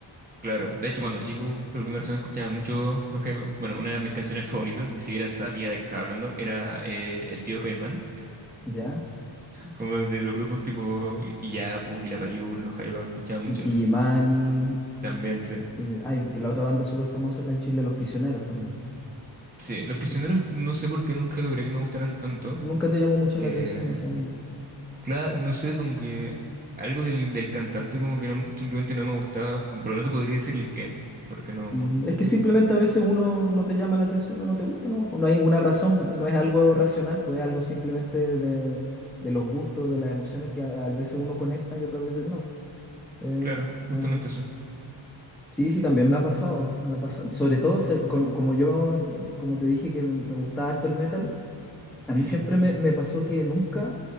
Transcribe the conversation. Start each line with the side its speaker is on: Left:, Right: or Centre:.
Right: claro.
Centre: eh,
Right: De hecho, cuando chico, por alguna razón escuchaba mucho los jefes. Bueno, una de mis canciones favoritas, ni siquiera sabía de qué estaba hablando, era eh, El Tío Caimán.
Centre: ¿ya?
Right: Como de los grupos tipo Illapu, Quilapayún, los Jaivas, escuchaba mucho
Centre: Inti
Right: eso.
Centre: Illimani,
Right: También, sí.
Centre: y hay que la otra banda súper famosa acá en Chile, Los Prisioneros también.
Right: Sí,
Centre: No
Right: los
Centre: sé
Right: prisioneros
Centre: si,
Right: no sé por qué nunca logré que me gustaran tanto.
Centre: Nunca te llamó mucho
Right: Eh,
Centre: la atención eso.
Right: claro, no sé, como que algo del, del cantante como que no- simplemente no me gustaba, pero no te podría decir el qué, porque no...
Centre: Mm, Es que simplemente a veces uno no te llama la atención o no te gusta, ¿no? Pues no hay una razón, no es algo racional, pues es algo simplemente de, de los gustos, de las emociones que a, a veces uno conecta y otras veces no. Eh,
Right: Claro,
Centre: no.
Right: justamente eso.
Centre: Sí, sí, también me ha pasado, me ha pasado. Sobre todo, se- con- como yo, como te dije que me, me gustaba harto el metal, a mí
Right: Ujú,
Centre: siempre me, me pasó que nunca,